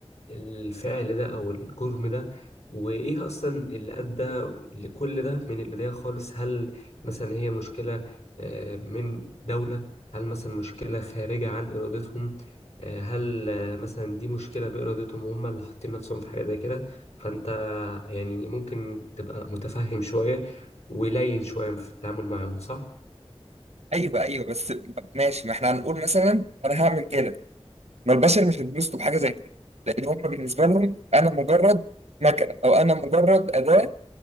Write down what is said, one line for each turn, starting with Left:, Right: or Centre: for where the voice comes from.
Left: الفعل ده او الجرم ده وايه اصلا اللي ادى لكل ده من البداية خالص هل مثلا هي مشكلة آه، من دولة هل مثلا مشكلة خارجة عن ارادتهم آه، هل آه، مثلا دي مشكلة بإرادتهم وهم اللي حاطين نفسهم في حاجة زي كده فأنت يعني ممكن تبقى متفهم شوية ولين شوية في التعامل معاهم صح؟
Right: ايوه ايوه بس ماشي ما احنا هنقول مثلا انا هعمل كده ما البشر مش هيتبسطوا بحاجه زي كده لان هم بالنسبه لهم انا مجرد مكنه او انا مجرد اداه